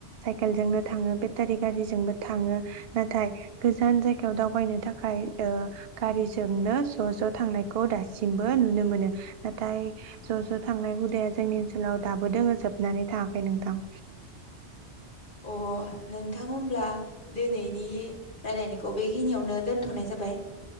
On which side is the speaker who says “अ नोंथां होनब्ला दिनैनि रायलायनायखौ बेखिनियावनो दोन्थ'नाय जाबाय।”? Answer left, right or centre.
Left